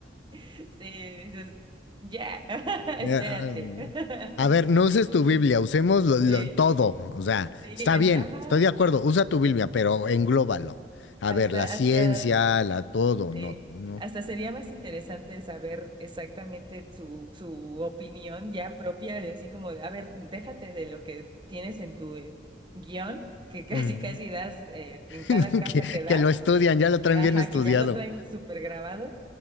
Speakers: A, on the right (about 25°); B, on the left (about 90°).
A: <laughs> sí, dices, ya, <laughs> espérate.
B: Eh, Ah,
A: <laughs>
B: A ver, no uses tu Biblia, usemos lo- lo-
A: Sí,
B: todo. O sea,
A: sí,
B: está
A: es,
B: bien,
A: ajá,
B: estoy de acuerdo, usa tu Biblia, pero englóbalo. A
A: hasta,
B: ver, la ciencia,
A: hasta...
B: la todo,
A: Sí,
B: no, no.
A: hasta sería más interesante saber exactamente su, su opinión ya propia, de así como, de, a ver, déjate de lo que tienes en tu eh, guión, que <laughs> casi
B: Ujú.
A: casi das eh, en cada
B: <laughs>
A: casa
B: Que,
A: que das,
B: que lo estudian, ya lo traen
A: ajá,
B: bien estudiado.
A: que ya lo traen súper grabado,